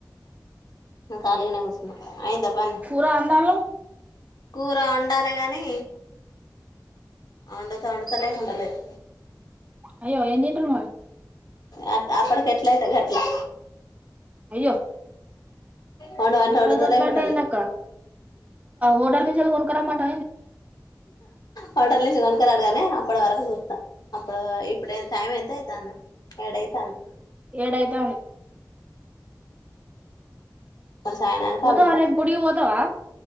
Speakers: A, on the left; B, on the right.
A: కాలిగా కూర్చు అయింద పని
B: కూర అందాలు
A: కూర వండాలి గానీ వండితే వండుత లేకుంటె లేదు
B: అయ్య ఏనిట్లు
A: అ అప్పుడికి కట్లాయతే గట్లా
B: అయ్యో
A: వండమంటే
B: ఎట్లయితే
A: వండుతా
B: అట్లా
A: లేకుంటలేదు
B: అంటయిందిక్క హోటల్ నుంచి వెళ్ళ కొనుకు రమ్మంట
A: హోటల్ నుంచి కొనుకలేడుగానే అప్పటి వరకు చూస్తాం అప్పుడు ఇప్పుడ టైం ఎంత అయితంది ఏడైతుంది
B: ఏడు అయితంది
A: కొంచం అయినంకా
B: పోతావా
A: వండుతా
B: రేపు గుడికి పోతావా